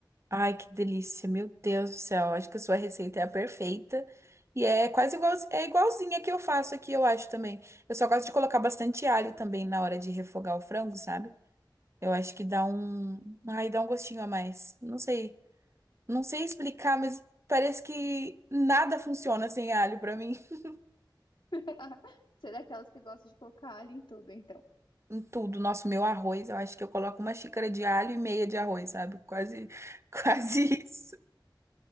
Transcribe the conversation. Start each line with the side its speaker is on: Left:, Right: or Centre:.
Right: Ai, que delícia, meu Deus do céu. Acho que a sua receita é a perfeita. E é quase igual, é igualzinha que eu faço aqui, eu acho também. Eu só gosto de colocar bastante alho também na hora de refogar o frango, sabe? Eu acho que dá um, ai, dá um gostinho a mais. Não sei, não sei explicar, mas parece que nada funciona sem alho pra mim. <laughs>
Left: <laughs> Você é daquelas que gosta de colocar alho em tudo, então.
Right: Em tudo, nosso meu arroz, eu acho que eu coloco uma xícara de alho e meia de arroz, sabe? Quase, <laughs> quase isso.